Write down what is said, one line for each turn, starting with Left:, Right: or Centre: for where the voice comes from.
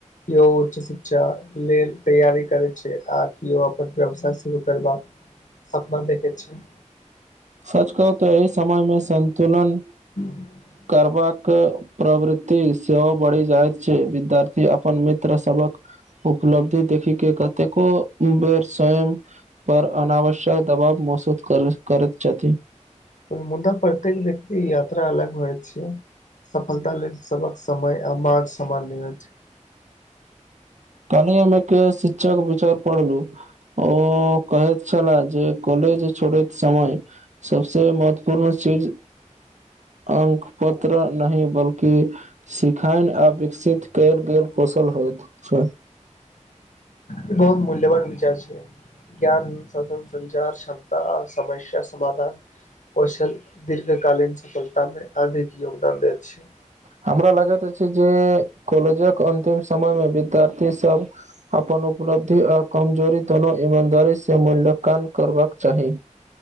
Left: कियो उच्च शिक्षा लेल तैयारी करत छैय आ कियो अपन व्यवसाय शुरू करबाक, सपना देखै छैय।
Right: सच कहू तऽ अहि समयमे सन्तुलन,
Left: <inaudible>
Right: करबाक प्रवृति सेहो बढ़ि जायत छैय विद्यार्थी अपन मित्र सभक, उपलब्धि देखि के कतेको बेर स्वयं, पर अनावश्यक दबाव मसूद करय करैत छथि।
Left: मुदा प्रत्येक व्यक्ति यात्रा अलग होय छैय। सफलता लेल सभक समय आ मार्ग सामान नहि होइत।
Right: कनी हमे के शिक्षक विचार पढ़लू ओ कहैथ, छलय जे कॉलेज छोड़ैत समय सबसे महत्वपूर्ण चीज, अंक पत्र नहि बल्कि, सिखायल आ विकसित कयल गेल कौशल होइत छैय,
Left: ई बहुत मूल्यवान विचार छैय। ज्ञान साधन संचार क्षमता आ समस्या समाधान। कौशल दीर्घकालीन सफलतामे अधिक योगदान दैत छैय।
Right: हमरा लगैत अछि जे कॉलेजक अन्तिम समय मे विद्यार्थी सब, अपन उपलब्धि आ कमजोरी दुनो ईमानदारी स मूल्यकान करबाक चाही।